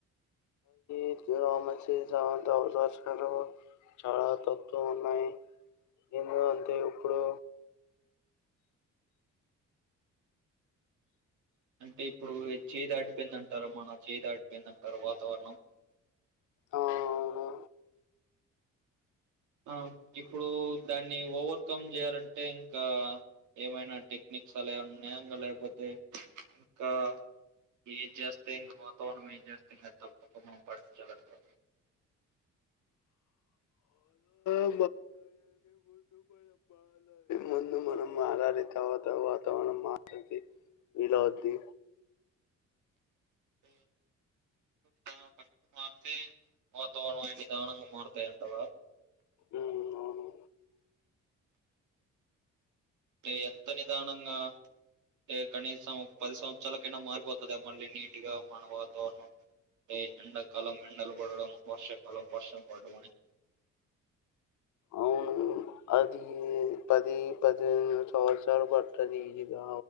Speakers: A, on the left; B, on the right.
A: <unintelligible> చాలా తక్కువ ఉన్నాయి ఎందుకంటే ఇప్పుడు
B: అంటే ఇప్పుడు చే దాటిపోయిందంటారా మన చేదాటిపోయిందంటార వాతావరణం
A: ఆ, అవును
B: ఆ ఇప్పుడు దాన్ని ఓవర్కమ్ చేయాలంటే ఇంకా ఏమైనా టెక్నిక్స్ అలా ఉన్నాంకా లేకపోతే ఇంకా ఏ చేస్తే ఇంకా వాతావరణం ఏం చేస్తే ఇంకా తప్పకుడాం పాటించాలంటే
A: <unintelligible> <unintelligible> <unintelligible> <unintelligible> <unintelligible> మా మందు మనం మలారి తవాత వాతావరణం మా వలాది
B: అే మనా పస్ మారితే వాతావరణం నిదానంగా మారుతాయంటవా
A: ఉం అవును
B: అ ఎంత నిదానంగాంట కనీసం ఒక పది సంవత్సరాలకైనా మారిపోతుంది మళ్ళీ నీట్గా మన వాతావరణంంట ఎండాకాలం ఎండలు పడడం వర్షాకాలం వర్షం పడడం అని
A: అవును అది పది పది సంవత్సలు పట్ట తీజగా